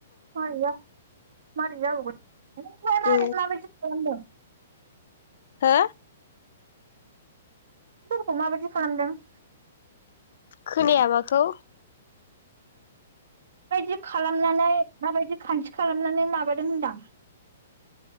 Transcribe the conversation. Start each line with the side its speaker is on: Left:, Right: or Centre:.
Right: मारैजा मारै जाबावगोन
Left: औ
Right: <unintelligible>
Left: हो?
Right: सोरखौ माबायदि खालामदों?
Left: खोनाया माखौ?
Right: माबायदि खालामनानै माबायदि खान्थि खालामनानै माबादों होनदां?